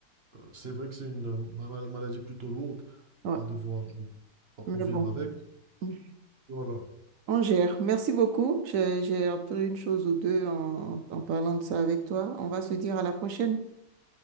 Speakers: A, on the right; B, on the right.
A: c'est vrai que c'est une euh, ma- maladie plutôt lourde
B: Ouais.
A: à devoir euh,
B: Mais
A: pour vivre
B: bon,
A: avec.
B: hmm.
A: Voilà.
B: on gère. Merci beaucoup. J'ai j'ai appris une chose ou deux en en parlant de ça avec toi. On va se dire à la prochaine.